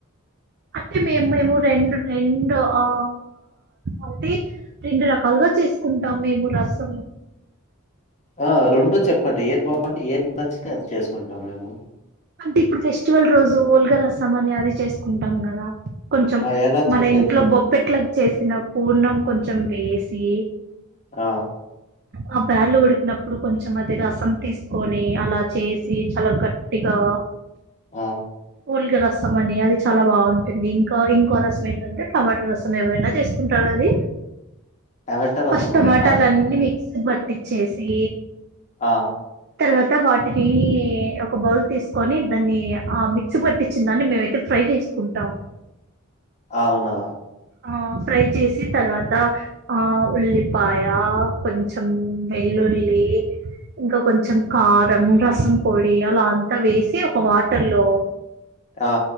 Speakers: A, on the right; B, on the left.
A: అంటే మేము మేము రెండు రెండు ఆ అంటే రెండు రకాలుగా చేసుకుంటాం మేము రసం
B: ఆ రెండు చెప్పండి ఏది బాగుంటే ఏది నచ్చితే అది చేసుకుంటాం మేము
A: అంటే ఇప్పుడు ఫెస్టివల్ రోజు ఉఓల్గా రసం అని అది చేసుకుంటాం కదా కొంచెం
B: ఆ ఎలా
A: మన
B: చేసేది
A: ఇంట్లో బొప్పెట్లకి చేసి పూర్ణం కొంచెం వేసి
B: ఆ
A: ఆ బర్లు కొడుకిిన ఇప్పుడు కొంచెం అది రసం తీసుకొని అలా చేసి చాలా ఘాట్ టిగా
B: గా
A: ఉల్గ రసం అండి అది చాలా బాగుంటుంది ఇంకా ఇంకో రసం ఏంటంటే టమాటా రసం ఎవరైనా చేసుకుంటారు అది
B: టమాటా రసమా
A: ఫస్ట్ టమాటాలు
B: ఆ
A: అన్నీ మిక్స్ పట్టిచేసి
B: ఆ
A: తర్వాత వాటిని ఒక బౌల్ తీసుకొని దాన్ని ఆ మిక్సీ పట్టిచ్చిన దాన్ని మేమైతే ఫ్రై చేసుకుంటాము
B: అవునా
A: ఆ ఫ్రై చేసి తర్వాత ఆ ఉల్లిపాయ కొంచెం వెల్లుల్లి ఇంకా కొంచెం కారం రసం పొడి అలా అంతా వేసి ఒక వాటర్ లో
B: ఆ